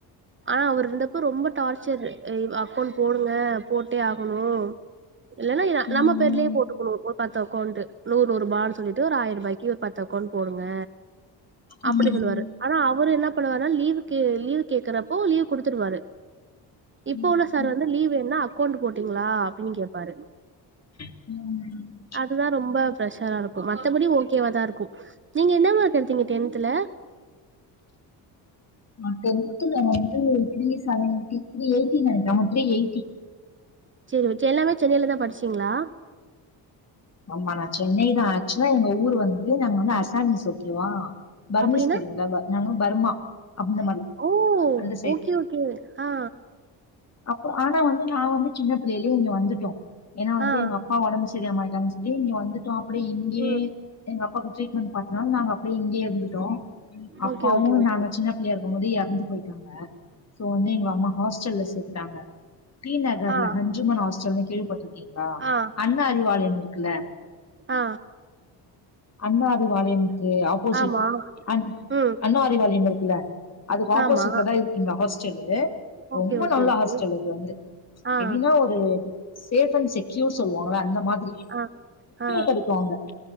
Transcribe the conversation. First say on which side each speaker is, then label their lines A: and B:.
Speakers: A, on the right; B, on the left.
A: ஆனா அவர் இருந்தப்ப ரொம்ப டார்ச்சரு அ அக்கௌண்ட் போடுங்க போட்டே ஆகணு இல்லன்னா எ
B: ம்
A: நம்ம பேர்லயே போட்டுருக்கணு ஒர் பத்து அக்கௌண்ட்டு நூறுநூறுபான் சொல்லிட்டு ஒரு ஆயிரரூபாய்க் க்கி ஒர் பத் அக்கவுண்ட் போடுங்க அப்படி
B: ம்
A: சொல்லுவாரு ஆனா அவரு என்ன பண்ணுவார்ன்னா லீவுக்கு லீவுக் கேக்குறப்போ லீவ் குடுத்துருவாரு இப்போ
B: ம்
A: உள்ள சார்
B: ம்
A: வந்து லீவ் வேணா அக்கௌண்ட் போட்டீங்களா அப்டின்னு கேட்பாரு
B: ம்
A: அதுதா ரொம்ப ப்ரெஷரா இருக்கு மத்தபடி ஓகேவா தா இருக்கு நீங்க என்ன மார்க் எடுத்தீங்க டென்த்ல
B: நா டென்த்ல வந்து three eight seventy three eighty nine <unintelligible> three eighty
A: சரி எல்லாமே சென்னையில தா படிச்சீங்களா
B: ஆமா நான் சென்னைதா ஆக்சுவலா எங்க ஊர் வந்து நாங்க வந்து <unintelligible> பர்மோஸ்
A: அப்டின்னா
B: தெரியும்ல ப நாங்க பர்மா அந்த மாரி.
A: ஓ
B: அந்த சைட்.
A: ஓகே ஓகே அ
B: அப்ப ஆனா வந்து நா வந்து சின்ன பிள்ளையிலயே இங்க வந்துட்டோ ஏன்னா வந்து
A: ஆ
B: எங் அப் அப்பா ஒடம்பு சரியாம ஆயிட்டாங்கன்னு சொல்லி இங்க வந்துட்டோ அப்டியே இங்கயே
A: ம்
B: எங்க அப்பாக்கு ட்ரீட்மெண்ட் பாத்தனால நாங்க அப்டியே இங்கயே இருந்துட்டோ
A: ஓகே
B: அப்பாவு
A: ஓகே ஓகே
B: நாங்க சின்ன பிள்ளையா இருக்குபோது எறந்து போயிட்டாங்க சோ வந்து எங்க அம்மா ஹாஸ்டல்ல சேத்துட்டாங்க டி நகர்ல
A: ஆ
B: ஹஞ்சுமன் ஹாஸ்டல் கேள்விப்பட்டிருக்கீங்களா
A: ஆ
B: அண்ணா அறிவாலயம் இருக்குல்ல
A: அ
B: அண்ணா அறிவாலயம்க்கு ஆப்போசிட்
A: ஆமா
B: அண்
A: ம்
B: அண்ணா அறிவாலயம் இருக்குல்ல அதுக்கு ஆப்போசிட்ல
A: ஆமா
B: தா இருக்கு எங்க ஹாஸ்டல்லு
A: ஓகே
B: ரொம்ப
A: ஓகே
B: நல்ல
A: ஓகே
B: ஹாஸ்டல் அது வந்து
A: ஆ
B: எப்டின்னா ஒரு சேஃப் அண்ட் செக்யூர் சொல்லுவாங்களா அந்த மாதிரி
A: அ அ
B: படிவாங்க